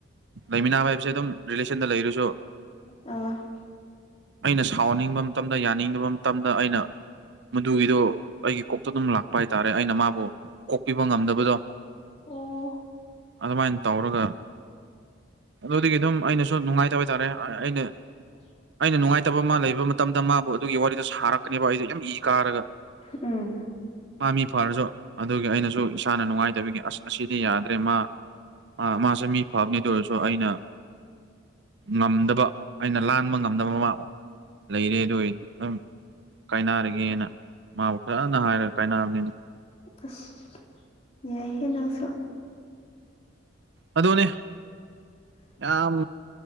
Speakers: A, on the right; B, on the left.
A: ꯂꯩꯃꯤꯟꯅꯕ ꯍꯥꯏꯕꯁꯦ ꯑꯗꯨꯝ ꯔꯤꯂꯦꯁꯟꯗ ꯂꯩꯔꯁꯨ
B: ꯑ
A: ꯑꯩꯅ ꯁꯥꯎꯅꯤꯡꯕ ꯃꯇꯝꯗ ꯌꯥꯅꯤꯡꯗꯕ ꯃꯇꯝꯗ ꯑꯩꯅ ꯃꯗꯨꯒꯤꯗꯣ ꯑꯩꯒꯤ ꯀꯣꯛꯇ ꯑꯗꯨꯝ ꯂꯥꯛꯄ ꯍꯥꯏꯇꯥꯔꯦ ꯑꯩꯅ ꯃꯥꯕꯨ ꯀꯣꯛꯄꯤꯕ ꯉꯝꯗꯕꯗꯣ
B: ꯑꯣ
A: ꯑꯗꯨꯃꯥꯏꯅ ꯇꯧꯔꯒ ꯑꯗꯨꯗꯒꯤ ꯑꯗꯨꯝ ꯑꯩꯅꯁꯨ ꯅꯨꯡꯉꯥꯏꯇꯕ ꯍꯥꯏꯇꯥꯥꯔꯦ ꯑꯩꯅ
B: <inaudible>
A: ꯑꯩꯅ ꯅꯨꯡꯉꯥꯏꯇꯕ ꯃꯥ ꯂꯩꯕ ꯃꯇꯝꯗ ꯃꯥꯕꯨ ꯑꯗꯨꯒꯤ ꯋꯥꯔꯤꯗꯣ ꯁꯥꯔꯛꯀꯅꯦꯕ ꯑꯩꯗꯣ ꯌꯥꯝ ꯏ ꯀꯥꯔꯒ
B: ꯎꯝ
A: ꯃꯥꯝꯃꯤ ꯐꯔꯁꯨ ꯑꯗꯨꯒꯤ ꯑꯩꯅꯁꯨ ꯏꯁꯥꯅ ꯅꯨꯡꯉꯥꯏꯇꯕꯒꯤ ꯑꯁ ꯑꯁꯤꯗꯤ ꯌꯥꯗ꯭ꯔꯦ ꯃꯥ ꯑ ꯃꯥꯁꯨ ꯃꯤ ꯐꯕꯅꯦ ꯑꯗꯨ ꯑꯣꯏꯔꯁꯨ ꯑꯩꯅ ꯉꯝꯗꯕ ꯑꯩꯅ ꯂꯥꯟꯕ ꯉꯝꯗꯕ ꯃꯃꯥ ꯂꯩꯔꯦ ꯑꯗꯨ ꯑꯣ ꯑꯗꯨꯝ ꯀꯥꯏꯅꯔꯒꯦꯅ ꯃꯥꯕꯨ ꯐꯖꯅ ꯍꯥꯏꯔꯒ ꯀꯥꯏꯅꯕꯅꯤꯗ
B: ꯑꯁ ꯌꯥꯏꯍꯦ ꯅꯪꯁꯨ
A: ꯑꯗꯨꯅꯦ ꯌꯥꯝ